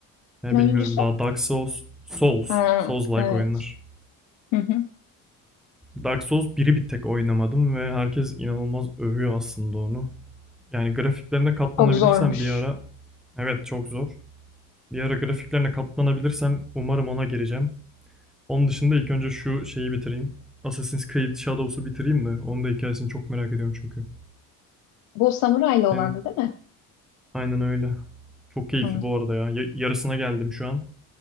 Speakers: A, in the centre; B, on the left.
A: Yani
B: Ne
A: bilmiyorum
B: oyuncusu?
A: daha Dark Souls, Souls,
B: Ha,
A: Souls-like
B: evet.
A: oyunlar.
B: <laughs>
A: Dark Souls biri bir tek oynamadım ve herkes inanılmaz övüyor aslında onu. Yani grafiklerine katlanabilirsem
B: Çok zormuş.
A: bir ara, evet çok zor. Bir ara grafiklerine katlanabilirsem umarım ona gireceğim. Onun dışında ilk önce şu şeyi bitireyim. Assassin's Creed Shadows'u bitireyim de onun da hikayesini çok merak ediyorum çünkü.
B: Bu samurayla
A: Senin
B: olandı değil mi?
A: aynen öyle. Çok keyifli
B: Hı,
A: bu arada ya. Ya- Yarısına geldim şu an.